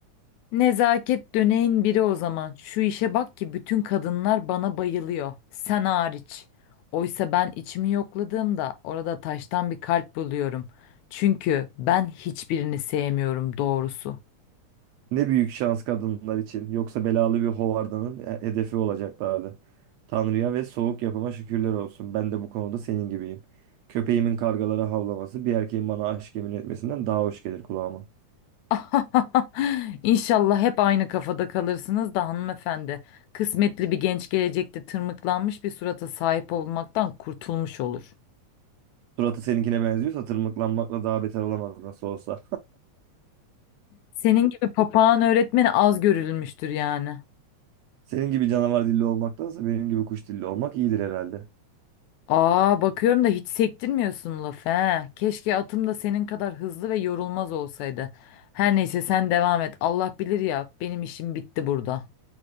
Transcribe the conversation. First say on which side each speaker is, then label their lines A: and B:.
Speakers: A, on the left; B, on the right.
A: Nezaket döneğin biri o zaman. Şu işe bak ki bütün kadınlar bana bayılıyor. Sen hariç. Oysa ben içimi yokladığımda orada taştan bir kalp buluyorum. Çünkü ben hiçbirini sevmiyorum doğrusu.
B: Ne büyük şans kadınlar için. Yoksa belalı bir hovardanın he- hedefi olacaklardı. Tanrı'ya ve soğuk yapıma şükürler olsun. Ben de bu konuda senin gibiyim. Köpeğimin kargalara havlaması bir erkeğin bana aşk yemin etmesinden daha hoş gelir kulağıma.
A: <laughs> İnşallah hep aynı kafada kalırsınız da hanımefendi. Kısmetli bir genç gelecekte tırmıklanmış bir surata sahip olmaktan kurtulmuş olur.
B: Suratı seninkine benziyorsa tırmıklanmakla daha beter olamaz nasıl olsa.
A: Senin gibi papağan öğretmeni az görülmüştür yani.
B: Senin gibi canavar dilli olmaktansa benim gibi kuş dilli olmak iyidir herhalde.
A: Aa bakıyorum da hiç sektirmiyorsun lafı he. Keşke atım da senin kadar hızlı ve yorulmaz olsaydı. Her neyse sen devam et. Allah bilir ya benim işim bitti burada.